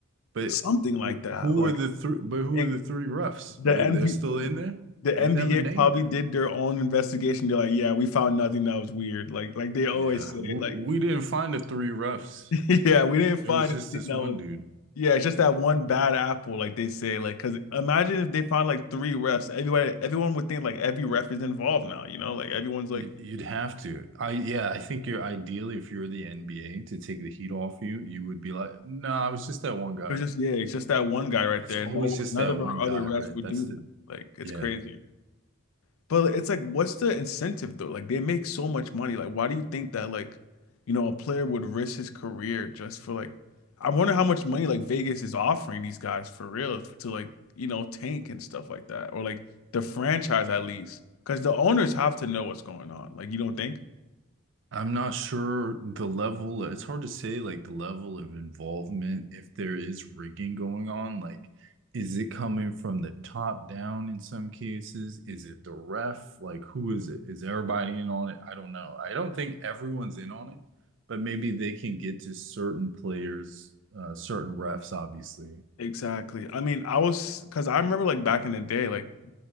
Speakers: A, on the right; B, on the left.
A: But
B: Something like
A: wh-
B: that.
A: who
B: Like
A: are the three but who
B: it,
A: are the three refs?
B: the
A: Are they
B: NBA,
A: they're still in there?
B: the
A: They
B: NBA
A: never named
B: probably
A: him.
B: did their own investigation. They're like, yeah, we found nothing that was weird. Like like they always
A: Yeah,
B: say,
A: w
B: like.
A: we didn't find the three refs.
B: <laughs> Yeah, we didn't find
A: It was just
B: anything
A: this
B: that
A: one
B: was.
A: dude.
B: Yeah, it's just that one bad apple, like they say. Like, cause imagine if they found like three refs. Everybody, everyone would think like every ref is involved now. You know, like everyone's like,
A: You'd,
B: it
A: you'd have to. I yeah, I think you're ideally if you're the NBA to take the heat off you, you would be like, no, I was just that one guy.
B: was just yeah, it's just that one guy right
A: It's
B: there.
A: always
B: No,
A: just
B: none
A: that
B: of
A: one
B: our other
A: guy,
B: refs
A: right?
B: would
A: That's
B: do that.
A: the
B: Like, it's
A: yeah.
B: crazy. But like, it's like, what's the incentive though? Like they make so much money. Like, why do you think that like, you know, a player would risk his career just for like, I wonder how much money like Vegas is offering these guys for real to like, you know, tank and stuff like that, or like the franchise at least, because the owners have to know what's going on. Like, you don't think?
A: I'm not sure the level, it's hard to say like the level of involvement if there is rigging going on. Like, is it coming from the top down in some cases? Is it the ref? Like, who is it? Is everybody in on it? I don't know. I don't think everyone's in on it, but maybe they can get to certain players, uh, certain refs, obviously.
B: Exactly. I mean, I was because I remember like back in the day, like